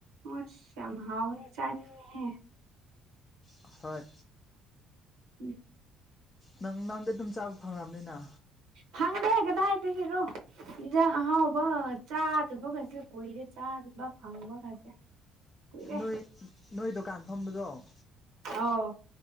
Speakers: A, on the right; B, on the left.
A: ꯑꯁ ꯌꯥꯝ ꯍꯥꯎꯅꯤ ꯆꯥꯅꯤꯡꯉꯦꯍꯦ
B: ꯍꯣꯏ
A: ꯎꯝ
B: ꯅꯪ ꯅꯪꯗꯤ ꯑꯗꯨꯝ ꯆꯥꯕ ꯐꯪꯂꯝꯅꯤꯅ
A: ꯐꯪꯗꯦ ꯀꯗꯥꯏꯗꯒꯤꯔꯣ ꯌꯦꯟꯖꯥꯡ ꯑꯍꯥꯎꯕ ꯆꯥꯗꯕꯒꯁꯦ ꯀꯨꯏꯔꯦ ꯆꯥꯗꯕ ꯐꯪꯕꯒꯁꯦ ꯀꯨꯏꯔꯦ
B: ꯅꯣꯏ ꯅꯣꯏ ꯗꯨꯀꯥꯟ ꯐꯝꯕꯗꯣ
A: ꯑꯥꯎ